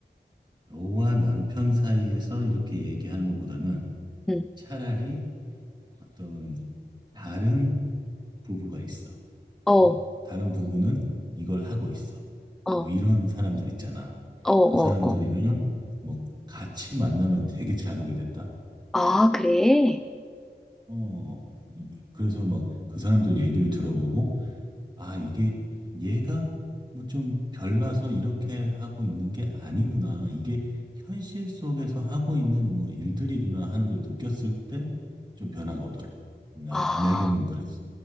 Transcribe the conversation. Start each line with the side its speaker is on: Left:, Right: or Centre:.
Right: 너와 남편 사이에서 이렇게 얘기하는 것보다는
Centre: 응.
Right: 차라리 어떤 다른 부부가 있어.
Centre: 어,
Right: 어?
Centre: 어,
Right: 다른 부부는 이걸 하고 있어.
Centre: 어,
Right: 뭐 이런 사람들 있잖아.
Centre: 어,
Right: 그 사람들이랑
Centre: 어.
Right: 뭐 같이 만나면 되게 자극이 됐다.
Centre: 아, 그래?
Right: 어. 이- 그래서 막 그 사람들 얘기를 들어보고 아, 이게 얘가 뭐 좀 별나서 이렇게 하고 있는 게 아니구나. 이게 현실 속에서 하고 있는 뭐 일들이구나 하는 걸 느꼈을 때 좀 변화가 오더라. 나,
Centre: 아,
Right: 내 경우는 그랬어.